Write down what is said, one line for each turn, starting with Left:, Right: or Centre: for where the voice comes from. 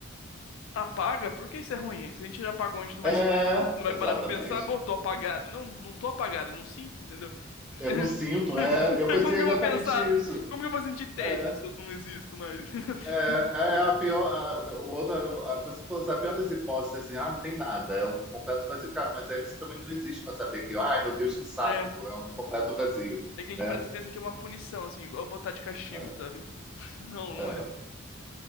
Left: Apaga? Por que isso é ruim? Se a gente já apagou, a gente não
Centre: É,
Left: vai, se- não vai
Centre: exatamente.
Left: parar pra pensar, pô, eu tô apagado. Não, não tô apagado, eu não sinto, entendeu? <laughs>
Centre: Eu não sinto. É, eu pensei
Left: Como que
Centre: exatamente
Left: eu vou pensar?
Centre: isso.
Left: Como que eu vou sentir tédio
Centre: É.
Left: se eu não existo mais? <laughs>
Centre: É, é a pior. A, o outra, a coisa que falou assim, a pior das hipóteses, assim, ah, não tem nada, é um completo vazio. Cara, mas aí você também não existe para saber que, ai, meu Deus, que saco,
Left: É,
Centre: é um completo vazio,
Left: é que a gente
Centre: né?
Left: parece pensa que é uma punição, assim, igual botar de castigo,
Centre: É,
Left: sabe? <laughs> Não, não
Centre: é.
Left: é.